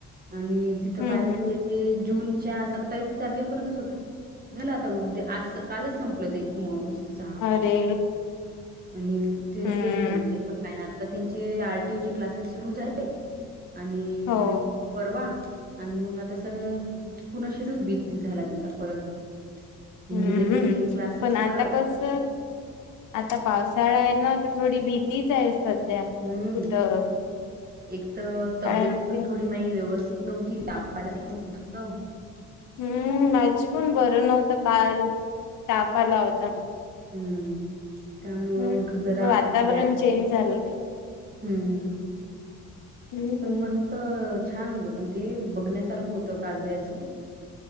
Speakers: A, on the right; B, on the left.
A: आणि तिथं
B: हम्म
A: पाहिलं
B: हम्म
A: तर ते जूनच्या सत्तावीस तारखेपर्यंतच होत झालं आता उद्या आज कालच संपलं ते मऊस सहा
B: अरे
A: आणि ते लेट
B: हम्म
A: झा <unintelligible> काय नाय आता त्यांचे आर, टी, ओ चे क्लासेस सुरू झालेत आणि
B: हो
A: परवा आणि मग आता सगळं पुन्हा शिडूल बिझी झाला त्यांचा परत. इंजिनिअरिंगचे
B: हम्म,
A: क्लासेस
B: पण आता
A: परत
B: कस आता पावसाळा आहे ना थोडी भीतीच आहे सध्या
A: हम्म
B: कुठं
A: एक तर तब्येत
B: कारण
A: पण
B: की
A: थोडी माही व्यवस्थित नव्हती ताप आल्यासारखं होत होत.
B: हम्म माझी पण बरं नव्हतं काल ताप आला होता.
A: हम्म त्यामुळं
B: हम्म
A: म्हटलं जरा
B: वातावरण
A: गॅप
B: चेंज झालं
A: हम्म
B: हम्म
A: पण मस्त छान होत पण ते बघण्यासारखं होतं काजव्याचं.